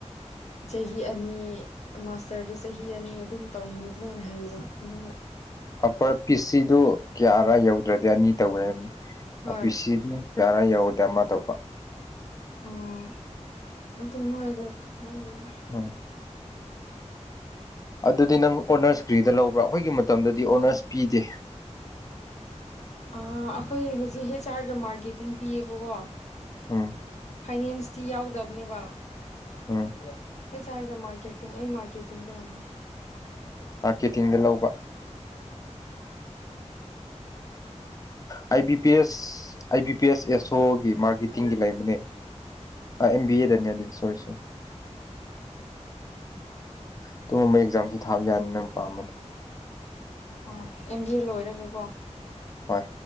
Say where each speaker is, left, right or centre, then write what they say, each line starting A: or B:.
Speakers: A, on the left (about 70°); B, on the left (about 30°).
A: <inaudible> ꯆꯍꯤ ꯑꯅꯤ ꯃꯥꯁꯇꯔꯗꯨ ꯆꯍꯤ ꯑꯅꯤ ꯑꯗꯨꯝ ꯇꯧꯅꯤ ꯑꯗꯨꯃꯥꯏꯅ ꯍꯥꯏꯌꯦꯕ ꯑꯗꯨꯅ
B: ꯑꯞꯄꯔ ꯄꯤ ꯁꯤꯗꯨ ꯀꯌꯥꯔꯥ ꯌꯧꯗ꯭ꯔꯗꯤ ꯑꯅꯤ ꯇꯧꯋꯦ ꯍꯥꯏꯕꯅꯤ
A: ꯍꯣꯏ
B: ꯄꯤ ꯁꯤꯗꯨꯅ ꯌꯥꯔ ꯌꯧꯔꯗꯃ ꯇꯧꯕ
A: ꯎꯝ ꯑꯗꯨ ꯃꯥꯏꯗꯣ ꯈꯪꯗꯦꯗ
B: ꯎꯝ ꯑꯗꯨꯗꯤ ꯅꯪ ꯑꯣꯅꯔꯁ ꯀ꯭ꯔꯤꯗ ꯂꯧꯕ꯭ꯔꯥ ꯑꯩꯈꯣꯏꯒꯤ ꯃꯇꯝꯗꯗꯤ ꯑꯣꯅꯔꯁ ꯄꯤꯗꯦ
A: ꯑꯥ ꯑꯩꯈꯣꯏ ꯍꯧꯖꯤꯛ ꯍꯦꯁ ꯑꯥꯔꯒ ꯃꯥꯔꯀꯦꯇꯤꯡ ꯄꯤꯌꯦꯕꯀꯣ
B: ꯎꯝ
A: ꯐꯥꯏꯅꯦꯟꯁꯇꯤ ꯌꯥꯎꯗꯕꯅꯦꯕ
B: ꯎꯝ
A: ꯍꯩꯁ ꯑꯥꯔꯒ ꯃꯥꯔꯀꯦꯇꯤꯡ ꯑꯩ ꯃꯥꯔꯀꯦ ꯀꯦꯇꯤꯡ ꯇꯧꯔꯅꯤ
B: ꯃꯥꯔꯀꯦꯇꯤꯡꯗ ꯂꯧꯕ I B P S I B P S ꯑꯦꯁꯣꯒꯤ ꯃꯥꯔꯀꯦꯇꯤꯡꯒꯤ ꯂꯩꯕꯅꯤ ꯑꯥ ꯑꯦꯝ ꯕꯤ ꯑꯦ ꯗꯅꯤ ꯑꯗꯨꯗꯤ ꯁꯣꯏꯔꯤꯁꯦ ꯑꯗꯨꯒꯨꯝꯕ ꯑꯦꯛꯖꯥꯝꯁꯨ ꯊꯥꯕ ꯌꯥꯅꯤ ꯅꯪ ꯄꯥꯝꯃꯗꯤ
A: ꯑꯣ ꯑꯦꯝ ꯕꯤ ꯑꯦ ꯂꯣꯏꯔꯒꯀꯣ
B: ꯍꯣꯏ